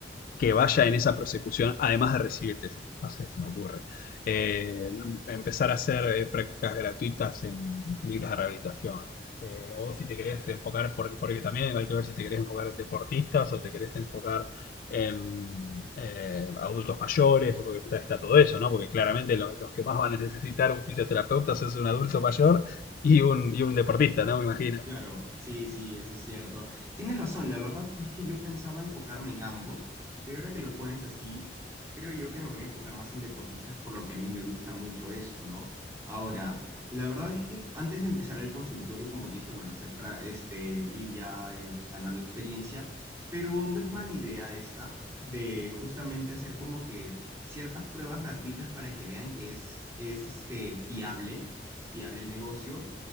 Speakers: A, on the left (about 50°); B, on the right (about 15°).
A: que vaya en esa prosecución, además de recibirte? Si- No sé, se me ocurre. Eh, empezar a hacer eh, prácticas gratuitas en clínicas de rehabilitación. Eh, o si te querés enfocar, porque, porque también hay que ver si te querés enfocar en deportistas o te querés enfocar en eh, adultos mayores, porque está, está todo eso, ¿no? Porque claramente los los que más van a necesitar un fisioterapeuta es un adulto mayor y un, y un deportista, ¿no? Me imagino.
B: Claro, sí, sí, eso es cierto. Tienes razón, la verdad es que yo pensaba enfocarme en ambos, pero ahora que lo pones así, creo yo que me voy a enfocar más en deportistas por lo que a mí me gusta mucho eso, ¿no? Ahora, la verdad es que antes de empezar el consultorio, como te dije, bueno, hacer para este, ir ya eh, ganando experiencia, pero no es mala idea esta de justamente hacer como que ciertas pruebas gratuitas para que vean que es, es este, fiable, es fiable el negocio